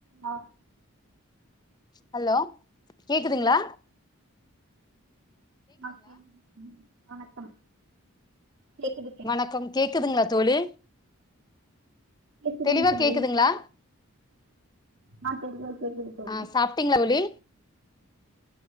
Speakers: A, on the right; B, on the left.
A: ஆ
B: hello கேக்குதுங்ளா
A: ஆ ஆ ம் வணக்கம் கேக்குது கேக்
B: வணக்கம் கேக்குதுங்ளா தோழி
A: கேக்குதுங்க
B: தெளிவா
A: தோழி
B: கேக்குதுங்ளா
A: ஆ <unintelligible> தோழி
B: ஆ சாப்ட்டீங்க ஒளி